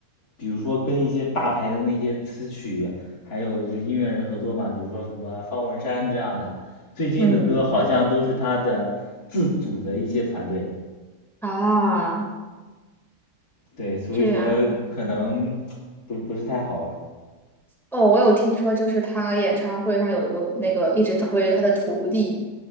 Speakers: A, on the left; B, in the centre.
A: 比如说跟一些大牌的那些词曲，还有就是音乐人合作吧，比如说什么方文山这样的，最近的歌好像都是他的自组的一些团队。
B: 嗯，啊，
A: 对，所以说可能
B: 这样的。
A: 不不是太好吧。
B: 哦，我有听说，就是他演唱会上有一个那个一直推他的徒弟，